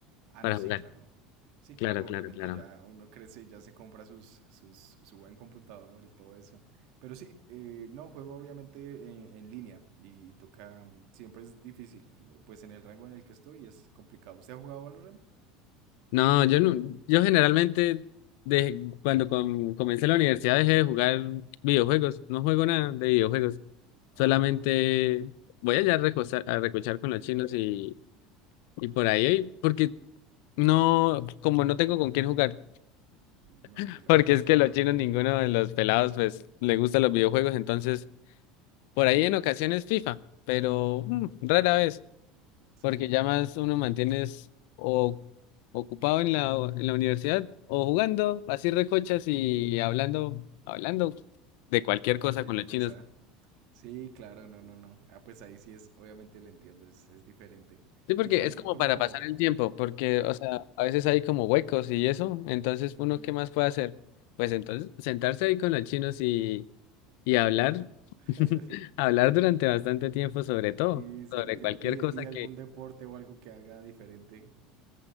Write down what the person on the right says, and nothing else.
Ah,
no, sí,
claro. Sí,
claro,
obviamente
ya uno crece y ya se compra sus, sus- su buen computador y todo eso. Pero sí, eh, no, juego obviamente en, en línea y toca, mm, siempre es difícil. eh, Pues en el rango en el que estoy es complicado. ¿Usted ha jugado Valorant?
Ah,
No,
claro,
es que
esa
es
la
otra.
Sí,
claro.
Cualquier
cosa.
Sí, claro, no, no, no. Ah, pues ahí sí es, obviamente lo entiendo, es, es diferente.
Y también
como...
ujú,
Y
hablar.
<laughs>
Sí, sí,
lo entiendo.
¿Y,
y algún deporte o algo que haga diferente?